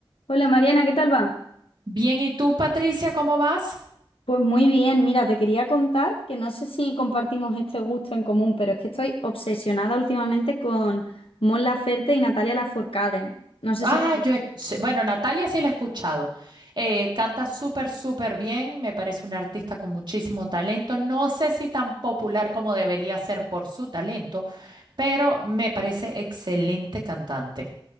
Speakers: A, on the left; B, on the right.
A: Hola Mariana, ¿qué tal va?
B: Bien, ¿y tú, Patricia, cómo vas?
A: Pues muy bien, mira, te quería contar que no sé si compartimos este gusto en común, pero es que estoy obsesionada últimamente con Mon Laferte y Natalia Lafourcade. No sé
B: Ah,
A: si...
B: yo, he- sí, bueno, Natalia sí la he escuchado. Eh, canta súper, súper bien, me parece una artista con muchísimo talento. No sé si tan popular como debería ser por su talento, pero me parece excelente cantante.